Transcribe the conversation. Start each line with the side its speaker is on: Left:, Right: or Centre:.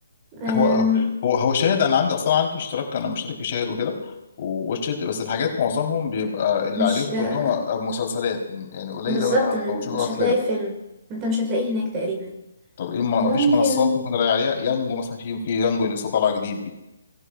Right: آم،
Left: هو هو هو شاهد انا عندي اصلا عندي اشتراك انا مشترك في شاهد وكده وواتشت بس الحاجات معظمهم بيبقى اللي
Right: مش
Left: عليهم
Right: آه،
Left: كلهم مسلسلات يعني قليل
Right: بالظبط
Left: قوي انا
Right: م-
Left: ما بشوف افلام
Right: مش هتلاقي فيلم أنت مش هتلاقيه هناك تقريبا
Left: طب ايه ما
Right: ممكن
Left: فيش منصات ممكن الاقي عليها يانجو مثلا في في يانجو اللي لسه طالعه جديد دي